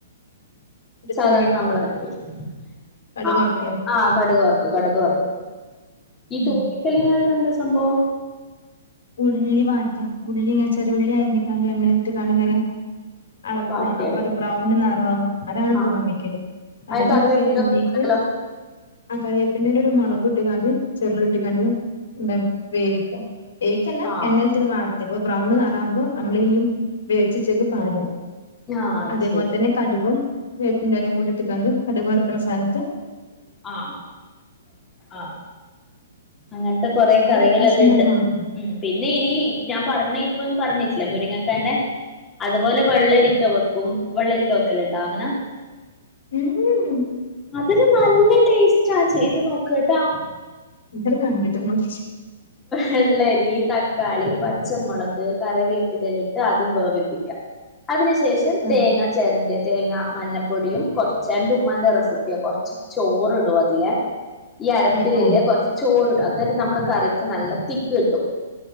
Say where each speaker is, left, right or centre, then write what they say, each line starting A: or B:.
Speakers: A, on the left; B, on the left.
A: എന്നിട്ട്
B: സാധാരണ
A: തൂമ്പിക്കോ
B: നമ്മള് അരക്കയ <unintelligible>
A: കടുക്
B: ആ
A: വറക്കോ
B: ആഹ് കടുക് വറ് കടുക് വർക്കും ഈ
A: ഉം
B: തോഴിക്കല് <unintelligible> എന്ത സംഭവം
A: ഉള്ളി വാട്ട ഉള്ളി ഇങ്ങനെ ചെറിയ ഉള്ളി അരിഞ്ഞി <unintelligible> എണ്ണേലിട്ട് കടു വറ അളക്കുക
B: വാട്ടിയെടുക്കണ്ടേ
A: അപ്പൊ അത് ബ്രൗണ് നിറാവും അതാണ്
B: ആ
A: തോന്നിക്കല് അടി
B: അത് കറിവേപ്പില
A: വറുക്കല് <unintelligible>
B: ഇടാലോ.
A: ആ കരയ് പിന്നിലിട് മുളകും ഇട്ടിങ്ങാണ്ട് ചെറുള് ഇട്ടിങ്ങാണ്ട് എന്താ വേവിക്ക വേവിക്കല്ല
B: ആ
A: എണ്ണയിലിട്ടിങ്ങനെ വാട്ടും അപ്പൊ ബ്രൗണ് <unintelligible> ആവുമ്പോ നമ്മള് <unintelligible> വേവിച്ചിച്ചേക്ക് പാര
B: ആ അത്
A: അതേപോൽ
B: ശരി
A: തന്നെ കടുകും വേപ്പിൻ്റെ എലയും കൂടി ഇട്ടികാണ്ട് കടുക് വർക്കണ <unintelligible>
B: ആ ആ അങ്ങനത്തെ കൊറെ
A: ആ
B: കറികളെല്ലാം
A: ഒരു വ്യത്യാസം
B: ഉണ്ട്.
A: തന്നെള്ളു
B: ഉം പിന്നെ ഈ ഞാൻ പറഞ്ഞ ഇപ്പം പറഞ്ഞേ മുരിങ്ങക്കാ അതുപോലെ വെള്ളരിക്ക വെക്കും, വെള്ളരിക്ക വെക്കല്ലാം ഇണ്ടോ അങ്ങനെ?
A: ഊഉ
B: അതിന് നല്ല ടേസ്റ്റാ ചെയ്ത് നോക്ക് ട്ടോ.
A: ഇന്നട് കണ്ടിട്ടൊന്നും <unintelligible>
B: വെള്ളരി തക്കാളി, പച്ചമുളക്, കറിവേപ്പിലലിട്ട് ആദ്യം വേവിപ്പിക്കാ. അതിന് ശേഷം
A: ആഹ്
B: തേങ്ങ ചെരണ്ടി തേങ്ങ, മഞ്ഞപ്പൊടിയും കുറച്ച് എന്റെ ഉമ്മാന്റെ റെസിപ്പിയാ കൊറച്ച് ചോറിടും അതിലെ ഈ അരപ്പിലില്ലേ
A: ഏഹ് ഏഹ്
B: കൊറച്ച് ചോറ് അന്നാലും നമ്മള് കറി നല്ല തിക്ക് കിട്ടും.